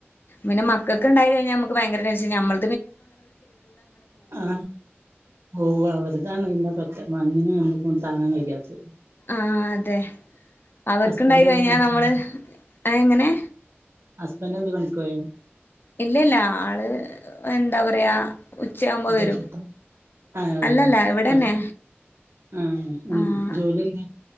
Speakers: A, on the left; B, on the right.
A: പിന്നെ മക്കൾക്ക് ഉണ്ടായി കഴിഞ്ഞാൽ നമുക്ക് ഭയങ്കര ടെൻ ഞമ്മൾ
B: ആ ഓ അവര്താണ് ഇന്നെ മഞ്ഞിന് നമ്മുക്ക് കൊ താങ്ങാൻ കഴിയാത്തത്
A: ആ അതെ അവർക്കുണ്ടായി
B: ഹസ്ബൻഡ്
A: കഴിഞ്ഞാ
B: എന്തേ പണിക്കോയോ
A: നമ്മള് എങ്ങനെ
B: ഹസ്ബൻഡ എന്തി മനസ്സിലായോ
A: ഇല്ലല്ല ആള് എന്താ പറയാ ഉച്ചയാവുമ്പോ
B: വിദേശത്ത
A: വരും
B: ആോ
A: അല്ലല്ല ഇവിടെന്നെ
B: പക്ഷ ആഹ
A: ആഹ്
B: ജോലില്ല